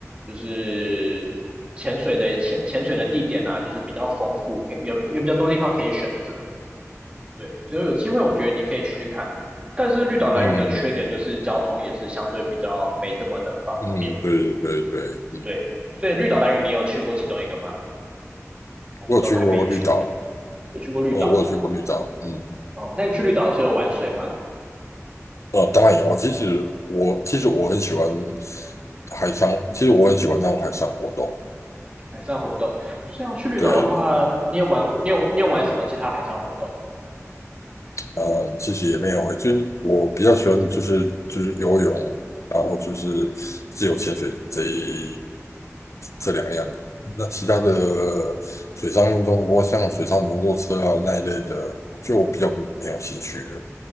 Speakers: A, on the right; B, on the left.
A: 就是潜水的潜潜水的地点啊，就是比较丰富，可以有有比较多地方可以选择。对，所以有机会我觉得你可以去看。但是绿岛兰屿的缺点就是交通也是相对比较没这么的方便。
B: 嗯嗯。嗯，对对对对，嗯，
A: 对，所以绿岛兰屿你有去过其中一个吗？还是都还没去过？
B: 我有去过绿岛，
A: 有去过绿岛？
B: 哦，我有去过绿岛，嗯，
A: 哦，那你去绿岛的时候有玩水吗？
B: 呃，当然有啊。其实我其实我很喜欢海上，其实我很喜欢那种海上活动。
A: 海上活动。像去绿岛的话，
B: 对对，
A: 你有玩过？你有你有玩什么其他海上活动？
B: 呃，其实也没有欸就是我比较喜欢就是就是游泳，然后就是自由潜水这一这两样而已那其他的水上运动，包括像水上摩托车啊那一类的，就我比较没有兴趣了。